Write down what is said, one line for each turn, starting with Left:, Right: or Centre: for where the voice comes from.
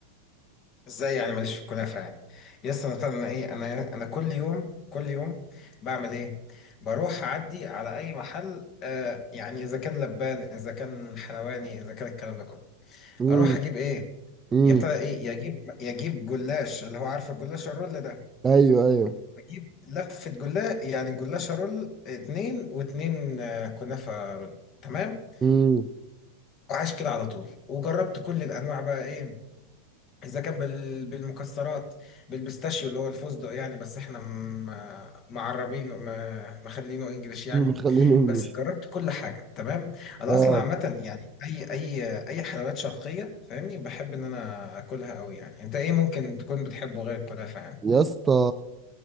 Left: ازاي يعني ماليش في الكنافه يعني يس انا انا ايه انا انا كل يوم كل يوم بعمل ايه بروح اعدي على اي محل آه يعني اذا كان لبان اذا كان حلواني اذا كان الكلام ده كله
Right: امم
Left: اروح اجيب ايه
Right: امم
Left: يبتدى ايه يجيب يجيب جلاش اللي هو عارف الجلاش الرول ده
Right: ايوه ايوه
Left: اجيب لفه جلاش يعني جلاش رول اتنين واتنين آه كنافه رول تمام
Right: امم
Left: وعايش كده على طول وجربت كل الانواع بقى ايه اذا كان بال... بالمكسرات بالبيستاشيو اللي هو الفستق يعني بس احنا م... معربينه م... مخلينه انجليش يعني
Right: <laughs> خلينا انجلش
Left: بس جربت كل حاجه تمام انا
Right: اه
Left: اصلا عامه يعني اي اي اي حلويات شرقيه فاهمني بحب ان انا اكلها قوي يعني انت ايه ممكن تكون بتحبه غير الكنافه يعني
Right: يا اسطى